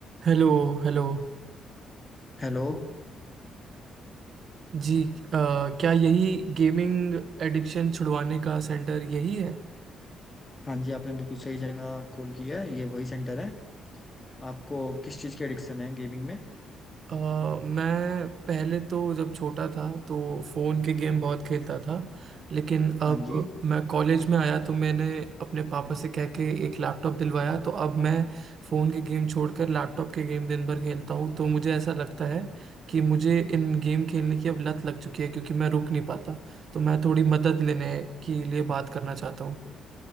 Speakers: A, on the right; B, on the left.
A: Hello Hello
B: Hello
A: जी अ, क्या यही गेमिंग एडिक्शन छुड़वाने का सेंटर यही है
B: हाँ जी आपने बिल्कुल सही जगह कॉल किया है ये वही सेंटर है आपको किस चीज़ की एडिक्शन है गेमिंग में
A: अ, मैं पहले तो जब छोटा था तो फ़ोन के गेम बहुत खेलता था लेकिन अब
B: हाँ जी
A: मैं कॉलेज में आया तो मैंने अपने पापा से कह के एक लैपटॉप दिलवाया तो अब मैं फ़ोन के गेम छोड़कर लैपटॉप के गेम दिन भर खेलता हूँ तो मुझे ऐसा लगता है कि मुझे इन गेम खेलने की अब लत लग चुकी है क्योंकि मैं रुक नहीं पाता तो मैं थोड़ी मदद लेने के लिए बात करना चाहता हूँ